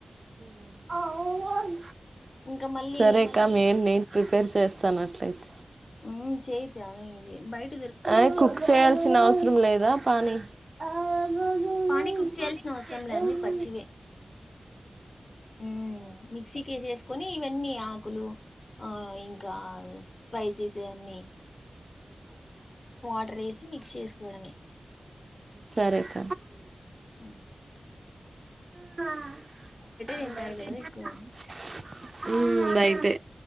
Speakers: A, on the right (about 50°); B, on the left (about 50°).
A: ఉమ్
B: ఇంకా మళ్ళీ
A: సరే కమ్ ఏం నెన్ ప్రిపేర్ చేస్తాన్ అట్లయితే
B: ఉమ్ చేయి చాలా ఈజీ బైట్
A: అ కుక్ చేయాల్సిన అవసరం లేదా పానీ పానీ
B: పాని కుక్ చేయల్స్ నవ్సరంలే
A: కుక్ చేయాల్సిన అవసరం
B: అన్ని,
A: లేదు
B: పచ్చివే ఉమ్ మిక్సీకేసేసుకొని పెన్నీ ఆకులు ఆ ఇంకా ఫై సేసేదాన్ని వాటర్ ఎసి మిక్స్ చేసుకోవడమే
A: సరేక్క
B: ఆ
A: <unintelligible>
B: తింటారు కదా ఎక్కువ
A: ఉమ్ బయటే